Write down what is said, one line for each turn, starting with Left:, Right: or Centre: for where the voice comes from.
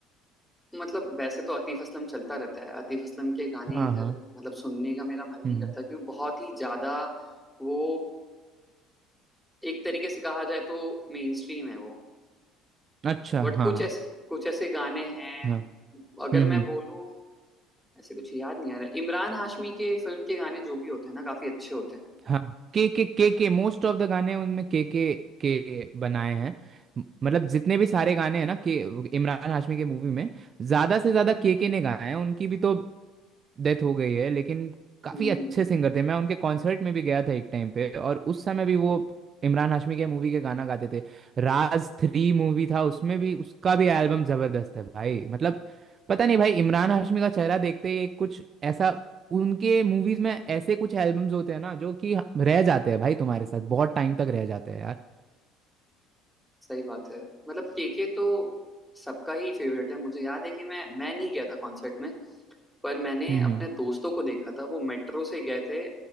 Centre: मतलब वैसे तो आतिफ असलम चलता रहता है आतिफ असलम के गाने
Right: हाँ
Centre: इधर मतलब सुनने का मेरा मन नहीं
Right: हाँ
Centre: करता क्योंकि बहुत ही ज्यादा वो एक तरीके से कहा जाए तो मेन स्ट्रीम है वो
Right: अच्छा
Centre: बट
Right: हाँ
Centre: कुछ
Right: हाँ
Centre: ऐसे कुछ ऐसे गाने हैं
Right: हाँ
Centre: अगर
Right: हम्म
Centre: मैं
Right: हम्म
Centre: बोलूं ऐसे कुछ याद नहीं आ रहा इमरान हाशमी के फिल्म के गाने जो भी होते हैं ना काफी अच्छे होते हैं
Right: हाँ के के के के मोस्ट ऑफ द गाने उनमें के के के बनाए हैं म- मतलब जितने भी सारे गाने हैं ना के इमरान हाशमी के मूवी में ज्यादा से ज्यादा के के ने गाए हैं उनकी भी तो डेथ हो गई है लेकिन काफी
Centre: हम्म
Right: अच्छे
Centre: हम्म, हम्म।
Right: सिंगर थे मैं उनके कॉन्सर्ट में भी गया था एक टाइम पे और उस समय भी वो इमरान हाशमी के मूवी के गाना गाते थे राज थ्री मूवी था उसमें भी उसका भी एल्बम जबरदस्त है भाई मतलब पता नहीं भाई इमरान हाशमी का चेहरा देखते ही एक कुछ ऐसा उनके मूवीज में ऐसे कुछ एल्बम्स होते हैं ना जो कि रह जाते हैं भाई तुम्हारे साथ बहुत टाइम तक रह जाते हैं यार
Centre: सही बात है मतलब केके तो सबका ही फेवरेट है मुझे याद है कि मैं मैं नहीं गया था कॉन्सर्ट में पर मैंने
Right: हम्म
Centre: अपने
Right: हम्म,
Centre: दोस्तों को देखा था वो मेट्रो से गए थे